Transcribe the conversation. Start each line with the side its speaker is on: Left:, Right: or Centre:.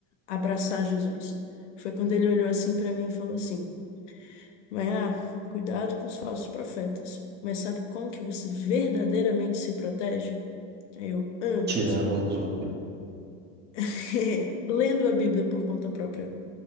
Left: abraçar Jesus. Foi quando ele olhou assim para mim e falou assim: "Mas ah, cuidado com os falsos profetas. Mas sabe como que você verdadeiramente se protege?" Aí Eu amo
Right: Tirando
Left: isso.
Right: os outros.
Left: <laughs> Lendo a Bíblia por conta própria.